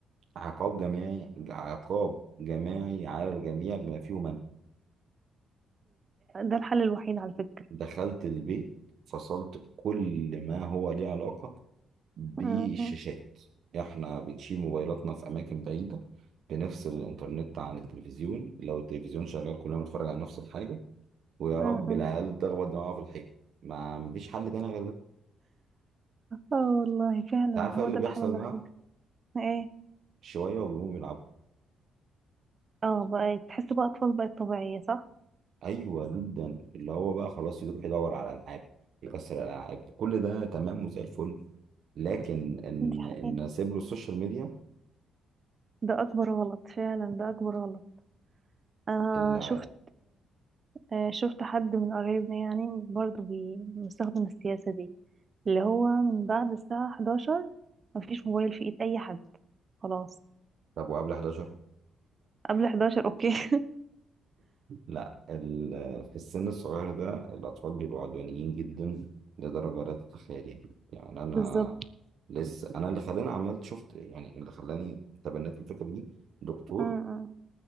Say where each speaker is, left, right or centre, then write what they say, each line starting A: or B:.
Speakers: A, on the right; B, on the right.
A: عقاب جماعي عقاب جماعي على الجميع بما فيهم أنا
B: ده الحل الوحيد على فكره
A: دخلت البيت فصلت كل ما هو ليه علاقة بالشاشات
B: مم، مم،
A: احنا بنشيل موبايلاتنا في أماكن بعيدة بنفصل الإنترنت عن التلفزيون لو التلفزيون شغال كلنا بنتفرج على نفس الحاجة ويا
B: مم،
A: رب
B: مم.
A: العيال تخبط دماغها في الحيط ما مفيش حل تاني غير ده
B: اه والله فعلا
A: انت عارف
B: هو
A: ايه اللي
B: ده
A: بيحصل
B: الحل الوحيد
A: بقى
B: ايه
A: شوية وبيقوموا بيلعبوا
B: اه بقى تحس بقى اطفال بقت طبيعيه صح
A: أيوة جدا اللي هو بقى خلاص يروح يدور على ألعاب يكسر الألعاب كل ده تمام وزي الفل لكن ان
B: دي حقيقه
A: ان اسيب له السوشيال ميديا
B: ده اكبر غلط فعلا ده اكبر غلط انا
A: اللي
B: شفت آه، شفت حد من قرايبنا يعني برضو بي- مستخدم السياسة دي اللي هو من بعد الساعة 11 مفيش موبايل في ايد اي حد خلاص
A: طب وقبل 11
B: قبل 11 اوكي <laughs>
A: لا ال... في السن الصغير ده الاطفال بيبقوا عدوانيين جدا لدرجه لا تتخيليها يعني يعني انا
B: بالظبط
A: لسه انا اللي خلاني عملت شفت يعني اللي خلاني تبنيت الفكره دي دكتور
B: م- م-